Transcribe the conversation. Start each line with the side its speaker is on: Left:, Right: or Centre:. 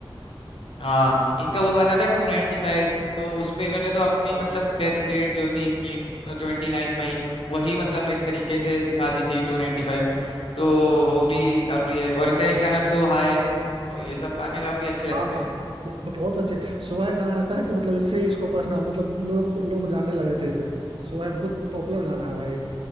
Left: हाँ इनका वो गाना था टू नाइनटी फाइव तो उस पे इन्होंने तो अपनी
Right: हाँ
Left: मतलब डेथ डेट जो थी इनकी ट्वेंटी नाइन मई वही मतलब एक तरीके से दिखा दी थी टू नाइनटी फाइव में तो वो भी
Right: हाँ
Left: काफी है और इनका एक गाना सो हाय और ये सब गाने काफी अच्छे लगते
Right: हाँ हाँ
Left: हैं
Right: बहुत अच्छे सोहै गाना ऐसा है कि मतलब इससे ही इसको पसना मतलब लोग लोग जानने लगे थे इसे सोहै बहुत पॉपुलर गाना है भाई